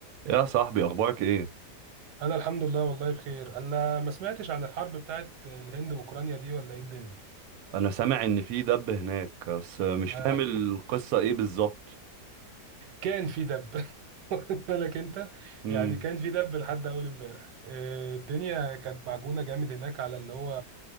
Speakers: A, on the right (about 70°); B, on the right (about 90°).
A: يا صاحبي اخبارك ايه
B: انا الحمد لله والله بخير انا ما سمعتش عن الحرب بتاعت الهند واوكرانيا دي ولا ايه الدنيا
A: انا سامع ان في دب هناك بس مش
B: آه،
A: فاهم القصة ايه بالظبط
B: كان في دب <laughs> واخد بالك انت
A: امم
B: يعني كان في دب لحد اول امبارح آه، الدنيا كانت معجونه جامد هناك على اللي هو